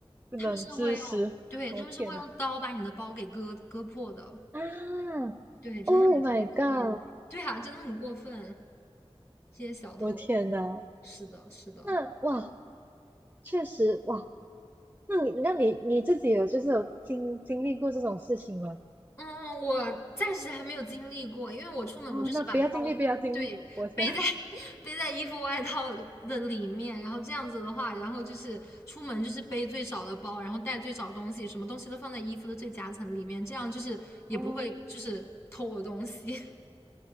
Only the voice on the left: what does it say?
他们是会用，对，
他们是会用刀把你的包给割割破的。
对，真的很过分。
对啊，真的很过分，这些小偷。
是的，是的。
嗯，我暂时还没有经历过，因为我出门我就是把包
对背在
<laughs> 背在衣服外套的里面，然后这样子的话，然后就是出门就是背最少的包，然后带最少东西，什么东西都放在衣服的最夹层里面，这样就是也不会就是偷我东西。
<laughs>